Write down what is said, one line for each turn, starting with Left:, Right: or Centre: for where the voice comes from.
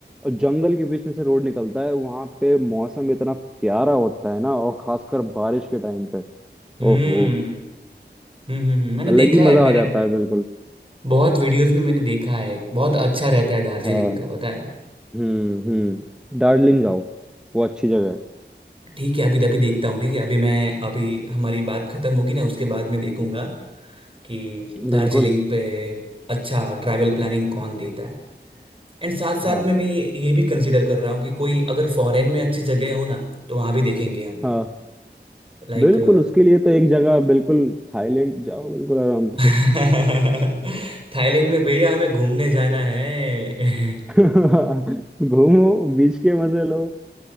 Centre: और जंगल के बीच में से रोड निकलता है वहां पे मौसम इतना प्यारा होता है ना और खासकर बारिश के टाइम पे
Right: हम्म
Centre: ओहो
Right: हम्म हम्म हम्म, मैंने देखा
Centre: अलग ही
Right: है
Centre: मजा
Right: मैंने
Centre: आ जाता है बिल्कुल
Right: बहुत वीडियोस में मैंने देखा है बहुत अच्छा रहता है दार्जिलिंग
Centre: हाँ
Right: का पता है
Centre: हम्म हम्म दार्जिलिंग जाओ वो अच्छी जगह
Right: ठीक है अभी अभी देखता हूँ ठीक है अभी मैं अभी हमारी बात खत्म होगी ना उसके बाद मैं देखूंगा कि
Centre: है
Right: दार्जिलिंग
Centre: बिल्कुल
Right: पे अच्छा ट्रैवल प्लानिंग कौन देता है एंड साथ साथ
Centre: हाँ
Right: में मैं ये ये भी कंसिडर कर रहा हूँ कि कोई अगर फॉरेन में अच्छी जगह हो ना तो वहां भी देखेंगे हम
Centre: हाँ
Right: लाइक
Centre: बिल्कुल उसके लिए तो एक जगह बिल्कुल थाईलैंड जाओ बिल्कुल आराम
Right: <laughs>
Centre: से
Right: थाईलैंड में भैया हमें घूमने जाना है
Centre: <laughs> घूमो बीच के मजे लो